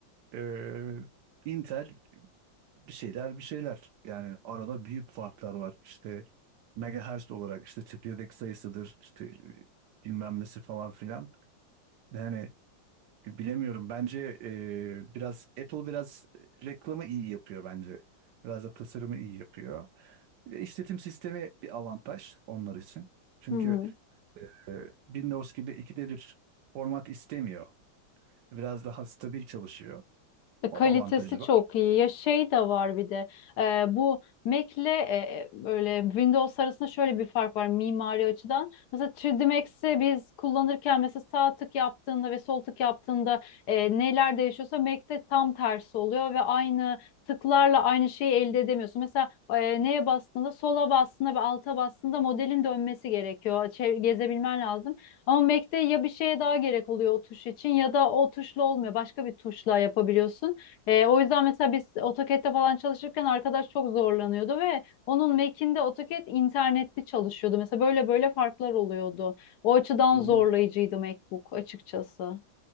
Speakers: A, on the right; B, on the left.
A: e, Intel bir şeyler bir şeyler yani arada büyük farklar var işte megahertz olarak işte çekirdek sayısıdır işte e, bilmem nesi falan filan. Yani Bilemiyorum. Bence e, biraz Apple biraz reklamı iyi yapıyor bence. Biraz da tasarımı iyi yapıyor. E, İşletim sistemi bir avantaj onlar için. Çünkü
B: hı hı.
A: e, Windows gibi ikide bir format istemiyor. Biraz daha stabil çalışıyor.
B: E,
A: O
B: Kalitesi
A: avantajı var.
B: çok iyi. Ya şey de var bir de e, bu Mac'le e, e, böyle Windows arasında şöyle bir fark var mimari açıdan. Mesela 3D Max'i biz kullanırken mesela sağ tık yaptığında ve sol tık yaptığında e, neler değişiyorsa Mac'te tam tersi oluyor ve aynı tıklarla aynı şeyi elde edemiyorsun. Mesela e, neye bastığında sola bastığında ve alta bastığında modelin dönmesi gerekiyor. Çev- gezebilmen lazım. Ama Mac'te ya bir şeye daha gerek oluyor o tuş için ya da o tuşla olmuyor. Başka bir tuşla yapabiliyorsun. E, o yüzden mesela biz AutoCAD'de falan çalışırken arkadaş çok zorlanıyordu ve onun Mac'inde AutoCAD internetli çalışıyordu. Mesela böyle böyle farklar oluyordu. O açıdan
A: Hmm.
B: zorlayıcıydı MacBook açıkçası.